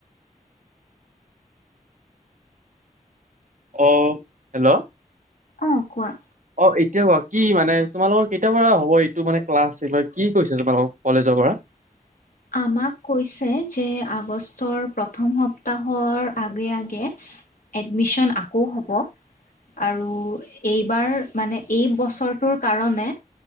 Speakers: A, on the right; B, on the left.
A: অ' হেল্ল'
B: অঁ কোৱা।
A: অ' এতিয়া কোৱা কি মানে তোমালোকৰ কেতিয়া পৰা হ'ব এইটো মানে ক্লাছ কি কৈছে তোমালোকৰ কলেজৰ পৰা?
B: <inaudible> আমাক কৈছে যে আগষ্টৰ প্ৰথম সপ্তাহৰ আগে আগে এডমিশন আকৌ হ'ব আৰু এইবাৰ মানে এই বছৰটোৰ কাৰণে